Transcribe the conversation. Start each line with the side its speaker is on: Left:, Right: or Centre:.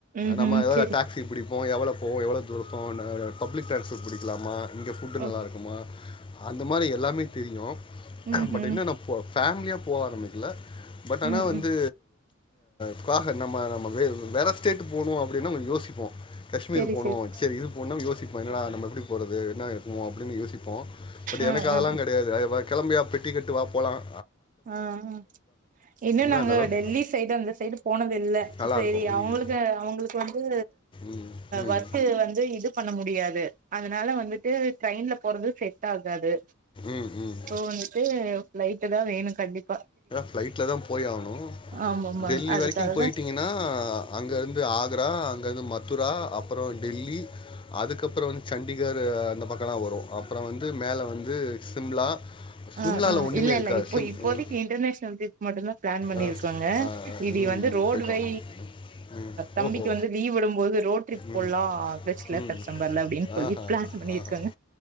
Right: ம்ஹ்ம்.
Left: நம்ம எதாது
Right: சரி,
Left: டாக்ஸி
Right: சரி.
Left: பிடிப்போம் எவ்வளோ போவ்யவ்ளோ தூரம் பிகோர் பப்ளிக் ட்ரான்ஸ்ஃபர் பிடிக்கலாமா இங்கஃபுட் நல்லா
Right: ஓகே.
Left: இருக்குமா அந்த மாரி எல்லாமே தெரியும்
Right: ம்ஹ்ம்.
Left: பட் என்ன ந ஃபேமிலியா போக ஆரம்பிக்கல பட் ஆனா
Right: ம்,
Left: வந்து
Right: ம்.
Left: க்காக நம்ம நம்ம வேற ஸ்டேட் போனும் அ அப்பின்னு யோசிப்போம் காஷ்மீர்
Right: சரி,
Left: போனும்
Right: சரி.
Left: சேரி இது போனுனாயோசி சீஇப்போ என்னடா நம்ம எப்டி போறது என்ன இருக்கமோ அப்டின்னு யோசிப்போம் பட்
Right: ஆ,
Left: எனக்கு அதெலாம்
Right: ஆ,
Left: கெடயாது அத கெரளம்பியாக பெட்டி கட்டு வா போகலாம்
Right: ஆஹ் இன்னும் நாங்க
Left: அந்த அளவுக்கு
Right: டெல்லி சைடு அந்த சைடு போனது இல்ல
Left: நல்லாருக்கும்.
Right: செரி
Left: ம்.
Right: அவுங்களுக்கு அவுங்களுக்கு வந்து
Left: ம். ம்.
Right: ஒர்க் வந்து இது பண்ண முடியாது அதனால வந்துட்டு ட்ரெயின்ல போறது செட் ஆகாது
Left: ம். ம்.
Right: ஸோ வந்துட்டு ஃபலைட் தான் வேணும் கண்டிப்
Left: பிளைட்ல தான் போய் ஆகணும்
Right: ஆமாமா
Left: டெல்லி
Right: அதுக்காகதா
Left: வரைக்கும் போயிட்டீங்கன்னா அங்க இருந்து ஆறு ஆக்ரா அங்க வந்து மதுரா அப்புறம் டெல்லி அதுக்கப்புறம் வந்து சண்டிகர் அந்த பக்கலாம் வரும் அப்புறம் வந்து மேல வந்து சிம்லா சிம்லால
Right: ஆஹ் ஆஹ்
Left: ஒன்றுமே
Right: இல்ல
Left: இருக்காது
Right: இல்ல இப்போ
Left: சிம்
Right: இப்போதைக்கு
Left: ம்
Right: இன்டர்நேஷ் <unintelligible> மட்டும்தான் பிளான் பண்ணிருக்கோங்க
Left: ஆ ஆ
Right: இது
Left: ம்
Right: வந்து
Left: ம்,
Right: ரோட்வே
Left: போயிட்டு வாங்க ம் ம்
Right: தம்பிக்கு
Left: ஓஹோ
Right: வந்து லீவ் விடும்போது ரோட் ட்ரிப்
Left: ம்
Right: போல்லாம் ஆகஸ்ட்ல
Left: ம்
Right: செப்டம்பர்ல அப்படின்னு சொல்லி
Left: ஆஹா
Right: பிளான் பண்ணிருக்கோங்க
Left: ஆஹா